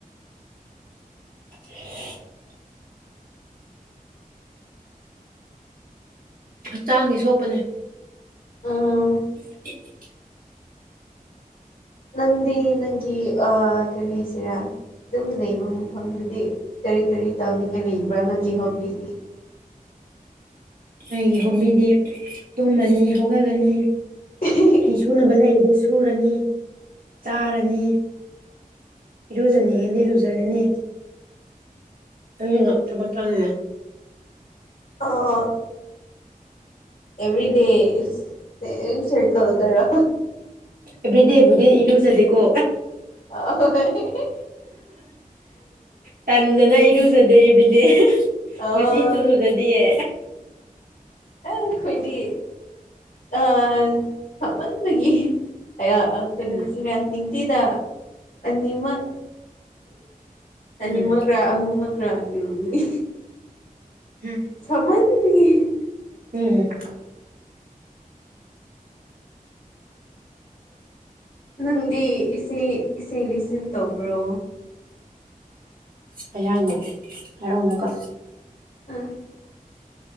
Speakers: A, on the right; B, on the left.
A: <unintelligible> ꯍꯛꯆꯥꯡꯗꯤ ꯁꯣꯛꯄꯅꯦ
B: ꯑꯥ
A: <unintelligible>
B: ꯅꯪꯗꯤ ꯅꯪꯒꯤ ꯑ ꯀꯔꯤ ꯍꯥꯏꯁꯤꯔꯥ ꯑꯗꯨꯝ ꯂꯩꯕ ꯃꯐꯝꯗꯗꯤ ꯀꯔꯤ ꯀꯔꯤ ꯇꯧꯅꯤꯡꯉꯥꯏ ꯂꯩꯕ꯭ꯔꯥ ꯅꯪꯒꯤ ꯍꯣꯕꯤꯗꯤ <inaudible>
A: ꯑꯩꯒꯤ ꯍꯣꯕꯤꯗꯤ ꯇꯨꯝꯃꯅꯤ ꯍꯧꯒꯠꯂꯅꯤ
B: ꯏꯍꯤ ꯍꯤ
A: ꯐꯤ ꯁꯨꯅꯕ ꯂꯩꯔꯗꯤ ꯁꯨꯔꯅꯤ ꯆꯥꯔꯅꯤ ꯏꯔꯨꯖꯅꯤꯡꯉꯗꯤ ꯂꯨꯖꯔꯅꯤ <unintelligible> ꯊꯕꯛ ꯇꯜꯂꯦ
B: ꯑꯥ ꯑꯦꯕ꯭ꯔꯤꯗꯦ ꯏꯁ ꯁꯦꯝ ꯁꯥꯏꯀꯜꯗꯔ
A: ꯑꯦꯕ꯭ꯔꯤꯗꯦꯕꯨꯗꯤ ꯏꯔꯨꯖꯗꯦꯀꯣ
B: <unintelligible>
A: ꯇꯟꯗꯅ ꯏꯔꯨꯖꯗꯦ ꯏꯕꯤꯗꯦ
B: ꯑꯣ
A: ꯉꯁꯤꯁꯨ ꯂꯨꯖꯗꯤꯌꯦ
B: ꯑ ꯑꯩꯈꯣꯏꯗꯤ ꯑ ꯁꯥꯃꯟꯕꯒꯤ ꯑꯌꯥ ꯑꯀꯔꯤ
A: ꯎꯝ
B: ꯍꯥꯏꯁꯤꯔ ꯅꯤꯡꯇꯤꯗ ꯑꯅꯤꯃꯛ
A: ꯎꯝ
B: ꯑꯅꯤꯃꯛꯔꯥ ꯑꯍꯨꯝꯃꯛꯔ ꯏꯔꯨꯕꯅꯤ
A: ꯍꯨꯝ
B: ꯁꯥꯃꯟꯕꯒꯤ
A: ꯎꯝ
B: ꯅꯪꯗꯤ ꯏꯁꯩ ꯏꯁꯩ ꯂꯤꯁꯟ ꯇꯧꯕ꯭ꯔꯣ
A: ꯀꯩ ꯍꯥꯏꯅꯣ ꯍꯥꯔꯛꯑꯣ ꯑꯃꯨꯀ
B: ꯑ